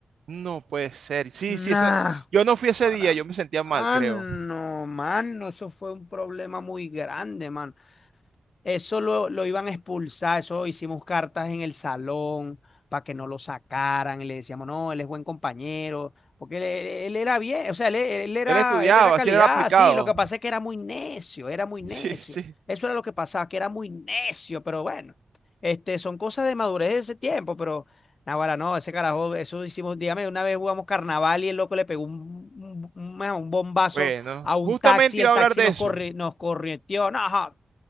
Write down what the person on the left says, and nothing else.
Nah,
para
mano,
mano, eso fue un problema muy grande, mano. Eso lo, lo iban a expulsar, eso hicimos cartas en el salón para que no lo sacaran, y le decíamos, no, él es buen compañero, porque él, él- él era bien, o sea, él, e, él era,
él era calidad,
sí, lo que pasa es que era muy necio, era muy
necio.
Eso era lo que pasaba, que era muy necio, pero bueno, este, son cosas de madurez de ese tiempo, pero naguará no, ese carajo, eso hicimos, dígame, una vez jugamos carnaval y el loco le pegó un, un, un- un bombazo
a un
taxi,
el
taxi
nos
corri, nos corrió no, ajá.